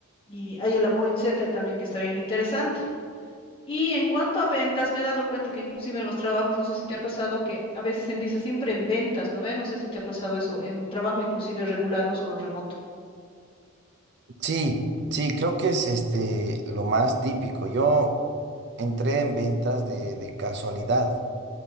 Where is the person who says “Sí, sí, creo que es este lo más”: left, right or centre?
Right